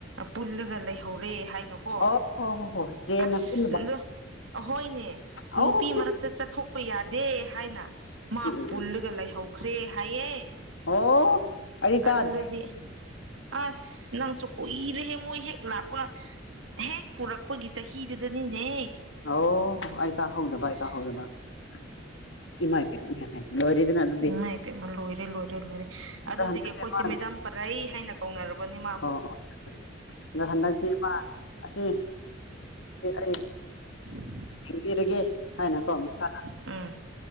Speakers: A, on the right (about 85°); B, on the left (about 70°).
A: ꯄꯨꯜꯂꯒ ꯂꯩꯍꯧꯔꯦ ꯍꯥꯏꯅꯣ ꯀꯣ
B: ꯑꯣ ꯍꯣ ꯍꯣ ꯍꯣ ꯆꯦꯅ
A: ꯑꯁ
B: ꯄꯨꯟꯅꯕ
A: ꯑꯍꯣꯏꯅꯦ
B: ꯑꯧ
A: ꯅꯨꯄꯤ ꯃꯔꯛꯇ ꯆꯠꯊꯣꯛꯄ ꯌꯥꯗꯦ ꯍꯥꯏꯅ ꯃꯥꯕꯨ
B: ꯎꯝ ꯎꯝ
A: ꯄꯨꯜꯂꯒ
B: ꯎꯝ
A: ꯂꯩꯍꯧꯈ꯭ꯔꯦ ꯍꯥꯏꯌꯦ
B: ꯑꯣ ꯑꯩ ꯇꯥꯗꯦ
A: ꯑꯗꯨꯗꯗꯤ ꯑꯁ ꯅꯪꯁꯨ ꯀꯨꯏꯔꯦꯍꯦ ꯃꯣꯏ ꯍꯦꯛ ꯂꯥꯛꯄ ꯍꯦꯛ ꯄꯨꯔꯛꯄꯒꯤ ꯆꯍꯤꯗꯨꯗꯅꯤꯅꯦ
B: ꯑꯣ ꯑ ꯇ ꯍꯧꯗꯕ
A: ꯑꯁ
B: ꯑꯇ ꯍꯗꯕ ꯏꯃꯥꯏꯇꯦꯅꯔꯗꯅ
A: ꯎꯥꯏ ꯏꯄꯦꯝꯃ ꯂꯣꯏꯔꯦ ꯂꯣꯏꯔꯦ ꯂꯣꯏꯔꯦ ꯑꯗꯨꯗꯤ
B: ꯑꯗꯣ ꯍꯟꯗꯛꯇꯤ
A: ꯑꯩꯈꯣꯏꯁꯦ
B: ꯃꯥꯅ
A: ꯃꯦꯗꯥꯝ ꯄꯔꯩ ꯍꯥꯏꯅ ꯀꯧꯅꯔꯕꯅꯦ ꯃꯥꯕꯨ
B: ꯍꯣ ꯍꯣ ꯑꯗꯣ ꯍꯟꯗꯛꯇꯤ ꯏꯃ ꯑꯁꯤ ꯑꯩ
A: <inaudible>
B: ꯈꯟꯕꯤꯔꯒꯦ ꯍꯥꯏꯅꯀꯣ ꯃꯁꯥ
A: ꯎꯝ